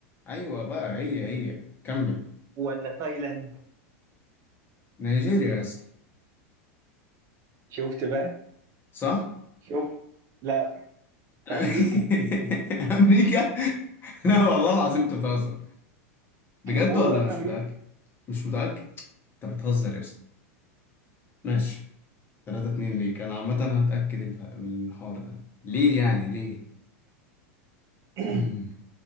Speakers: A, on the left; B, on the right.
A: ايوه بقى هي هي كمل
B: ولا تايلاند
A: نيجيريا يا اسطى
B: شفت بقى
A: صح
B: شوف لا
A: <laughs>
B: في امريكا
A: امريكا لا والله العظيم انت بتهزر بجد
B: والله
A: ولا
B: في
A: مش
B: امريكا
A: متأكد مش متأكد انت بتهزر يا اسطى ماشي 3 2 ليك انا عامة هتأكد الح- من الحوار ده ليه يعني ليه
B: <clears throat>
A: مم.